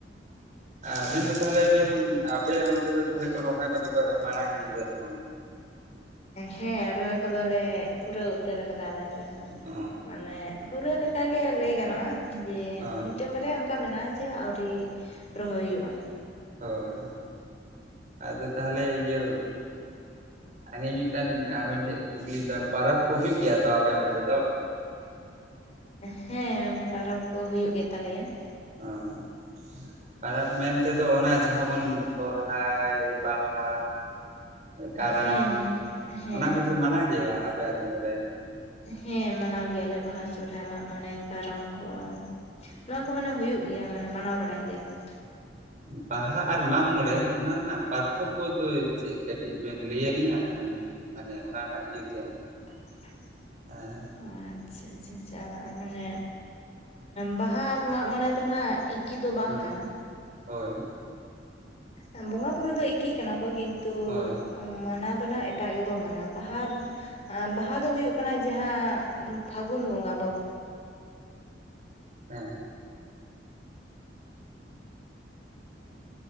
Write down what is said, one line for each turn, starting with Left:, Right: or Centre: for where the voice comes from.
Right: ᱟᱵᱮᱱ ᱫᱚ ᱛᱟᱦᱚᱞᱮ ᱵᱮᱱ, ᱟᱯᱮ ᱚᱱᱛᱮ ᱫᱚ ᱛᱟᱦᱚᱞᱮ ᱨᱚᱦᱚᱭ ᱠᱚᱫᱚ ᱠᱚ ᱢᱟᱲᱟᱝ ᱤᱫᱤ ᱠᱮᱫᱟ ᱥᱮ ᱵᱟᱝ?
Left: ᱦᱮᱸ ᱨᱚᱦᱚᱭ ᱠᱚᱫᱚ ᱞᱮ ᱯᱩᱨᱟᱹᱣ ᱩᱛᱟᱹᱨ ᱟᱠᱟᱫᱟ ᱟᱞᱮ ᱥᱮᱱ ᱫᱚ
Right: ᱚ
Left: ᱾ ᱢᱟᱱᱮ ᱯᱩᱨᱟᱹ ᱞᱮᱠᱟ ᱜᱮ ᱞᱟᱹᱭ ᱜᱟᱱᱚᱜ-ᱟ ᱡᱮ
Right: ᱦᱳᱭ
Left: ᱢᱤᱫ ᱢᱤᱫᱴᱟᱝ ᱵᱟᱨᱭᱟ ᱚᱱᱠᱟ ᱢᱮᱱᱟᱜᱼᱟ ᱡᱮ ᱟᱣᱨᱤ ᱨᱚᱦᱚᱭ ᱦᱩᱭᱩᱜᱼᱟ᱾
Right: ᱦᱳᱭ, ᱟᱫᱚ ᱛᱟᱦᱚᱞᱮ ᱤᱭᱟᱹ ᱟᱹᱞᱤᱧ ᱢᱤᱫᱴᱮᱱ ᱟᱹᱵᱤᱱ ᱴᱷᱮᱡ ᱠᱩᱠᱞᱤ ᱫᱚ ᱯᱚᱨᱚᱵ ᱠᱚ ᱦᱩᱭᱩᱜ ᱜᱮᱭᱟ ᱛᱚ ᱟᱯᱮ ᱚᱱᱛᱮ ᱫᱚ?
Left: ᱦᱮᱸ, ᱯᱚᱨᱚᱵ ᱠᱚ ᱦᱩᱭᱩᱜ ᱜᱮᱛᱟ ᱞᱮᱭᱟ ᱾
Right: <unintelligible> ᱯᱚᱨᱚᱵ ᱢᱮᱱ ᱛᱮᱫᱚ ᱚᱱᱟ ᱡᱟᱦᱟᱸ ᱵᱚᱱ ᱥᱚᱨᱦᱟᱭ ᱵᱟᱦᱟ ᱠᱟᱨᱟᱢ,
Left: ᱦᱮᱸ ᱦᱮᱸ ᱦᱮᱸ
Right: ᱚᱱᱟ ᱠᱚᱯᱮ ᱢᱟᱱᱟᱣ ᱜᱮᱭᱟ ᱟᱯᱮ ᱟᱛᱳ ᱠᱚᱨᱮ?
Left: ᱦᱮᱸ ᱢᱟᱱᱟᱣ ᱜᱮᱭᱟ ᱞᱮ ᱵᱟᱦᱟ ᱥᱚᱨᱚᱦᱟᱭ ᱢᱟᱜ ᱢᱚᱬᱮ ᱠᱟᱨᱟᱢ ᱠᱚ ᱾ ᱱᱚᱣᱟ ᱠᱚ ᱢᱟᱱᱮ ᱦᱩᱭᱩᱜ ᱜᱮᱭᱟ ᱢᱟᱱᱮ ᱢᱟᱱᱟᱣ ᱵᱟᱲᱟᱭ ᱜᱮᱭᱟ ᱞᱮ ᱾
Right: ᱵᱟᱦᱟ ᱟᱨ ᱢᱟᱜ ᱢᱚᱬᱮ ᱚᱱᱟ ᱨᱮᱱᱟᱜ ᱯᱟᱨᱛᱷᱚᱠᱚ ᱫᱚ ᱪᱮᱫ, ᱠᱟᱹᱴᱤᱡ ᱵᱮᱱ ᱞᱟᱹᱭ ᱟᱹᱞᱤᱧᱟ ᱢᱟᱱᱮ ᱚᱱᱟ ᱨᱮᱱᱟᱜ ᱤᱭᱟᱹᱛᱮᱫ?
Left: <unintelligible>
Right: ᱦᱮᱸ ᱾
Left: ᱚ ᱟᱪᱪᱷᱟ ᱟᱪᱪᱷᱟ ᱟᱪᱷᱟ ᱢᱟᱱᱮ ᱵᱟᱦᱟ ᱟᱨ ᱢᱟᱜ ᱢᱚᱬᱮ ᱫᱚ ᱱᱟᱜ ᱮᱠᱤ ᱫᱚ ᱵᱟᱝ
Right: ᱦᱩᱸ
Left: ᱠᱟᱱᱟ ᱾
Right: ᱦᱳᱭ ᱾
Left: ᱮᱸ ᱵᱚᱸᱜᱟ ᱵᱩᱨᱩ ᱫᱚ ᱮᱠᱤ ᱠᱟᱱᱟ ᱠᱚ ᱠᱤᱱᱛᱩ
Right: ᱦᱳᱭ
Left: ᱢᱟᱱᱟᱣ ᱫᱚ ᱱᱟᱜ ᱮᱴᱟᱜ ᱜᱮᱵᱚ ᱢᱟᱱᱟᱣᱟ ᱵᱟᱦᱟ ᱵᱟᱦᱟ ᱫᱚ ᱦᱩᱭᱩᱜ ᱠᱟᱱᱟ ᱡᱟᱦᱟᱸ ᱯᱷᱟᱹᱜᱩᱱ ᱵᱚᱸᱜᱟ ᱵᱟᱵ
Right: ᱦᱮᱸ ᱾